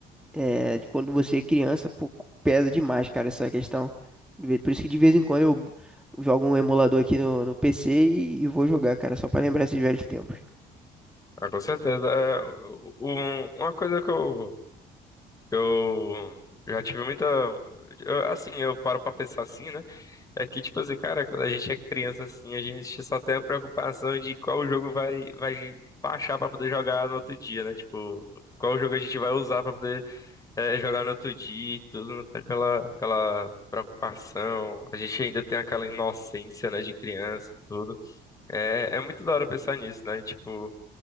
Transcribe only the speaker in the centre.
é, de quando você é criança, pô, pesa demais, cara, essa questão. De Por isso que de vez em quando eu jogo um emulador aqui no, no PC e, e vou jogar, cara, só pra lembrar esses velhos tempos.